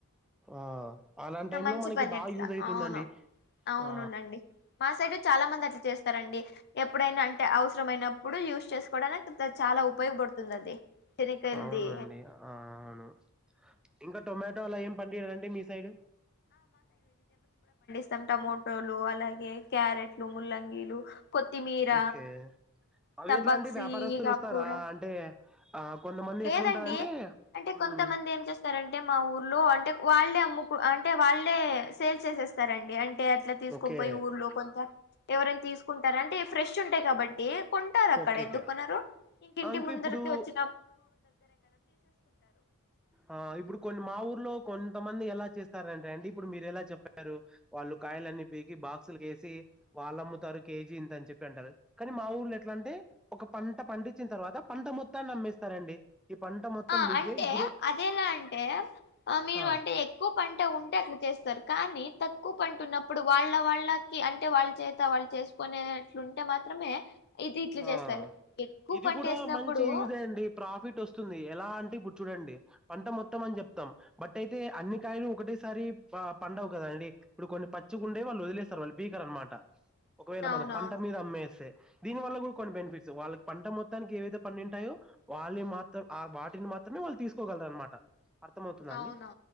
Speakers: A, in the centre; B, on the left.
A: ఆ అలాంటి
B: చానా
A: టైమ్
B: మంచి
A: లో మనకి
B: పని
A: బాగా
B: అట్లా
A: యూజ్ అయితుందండి
B: అవును అవునుండండి
A: ఆ
B: మా సైడు చాలా మందట్లా చేస్తరండి. ఎప్పుడైనా అంటే అవసరమైనప్పుడు యూజ్ చేసుకోవడానికి చాలా ఉప ఉపయోగపడుతుందది చెనిక్కాయల్ది
A: అవునండి ఆ అవును ఇంకా టొమాటో అలా ఏం పండిరా అండి మీ సైడు
B: మొత్తం టోమాటోలు అలాగే క్యారెట్లు ముల్లంగీలు కొత్తిమీర
A: ఓకే అవి
B: టబ్బాక్సి
A: ఎట్లా అండి వ్యాపారస్తులు
B: ఇగ
A: వస్తారా
B: ఆక్కూర
A: అంటే ఆ కొంతమంది
B: లేదండి.
A: ఎట్లుంటారంటే
B: అంటే కొంతమంది
A: మ్మ్
B: ఏం చేస్తారంటే మా ఊర్లో అంటే వాళ్ళే అమ్ మ్ముకు అంటే వాళ్ళే సేల్ చేసేస్తారండి అం ంటే అట్లా తీసుకొని
A: ఓకే
B: పోయి ఊర్లో కొంత ఎవరైనా తీసుకుంటారా అంటే ఫ్రెష్ ఉంటాయ్ కాబట్టి కొంటారక్ క్కడ
A: ఓకే
B: ఎందుక్కొనరు
A: ఓకే
B: ఇంక ఇంటి
A: ఆ ఇంకా
B: ముందరికి
A: ఇప్పుడు
B: వచ్చిన
A: ఆ ఇప్పుడు కొన్ని మా ఊర్లో కొన్ కొంతమంది ఎలా చేస్తారంటే అండి అంటే ఇప్పుడు మీరు ఎలా చెప్పారు వాళ్ళు కాయలన్ని పీకి బాక్సుల్కేసి వాళ్ళమ్ముతారు కేజీ ఇంత అని చెప్పి అంటారు. కానీ మా ఊర్లో ఎట్లంటే ఒక పంట పండించిన తర్వాత పంట మొత్తాన్ని అమ్మేస్తారండి. ఈ పంట మొత్తం
B: ఆ
A: నీకే
B: అంటే
A: ఇప్పుడు
B: అదే ఎలా అంటే మీరు
A: ఆ
B: అంటే ఎక్కువ పంట ఉంటే అట్ల చేస్తారు కానీ తక్కువ పంట ఉన్నప్పుడు వాళ్ళ వాళ్ళకి అంటే వాళ్ళ చేత వాళ్ళు చేసుకునేట్లు ఉంటే మాత్రమే ఇది ఇట్లా
A: ఆ
B: చేస్తారు ఎక్కువ
A: ఇది
B: పంట
A: కూడా
B: వేసినప్పుడు
A: మంచి యూజే అండి. ప్రాఫిట్ వస్తుంది. ఎలా అంటే ఇప్పుడు చూడండి పంట మొత్తం అని చెప్తాం బట్ అయితే అన్ని కాయలు ఒకటేసారి వా ప ఉండవు కదండి. ఇప్పుడు కొన్ని పచ్చిగుంటే వాళ్ళు వదిలేస్తారు. వాళ్ళు పీకరనమాట ఒకవేళ
B: అవునవును
A: మనం పంట మీద అమ్మేస్తే వాళ్ళ కూడా కొన్ని బెనిఫిట్స్ వాళ్ళక్ పంట మొత్తానికి ఏవైతే పండీంటాయో వాళ్ళవి మాత్రం వాటిని మాత్రమే వాళ్ళు తీసుకోగలరనమాట అర్థమవుతుందా
B: అవునవును
A: అండి.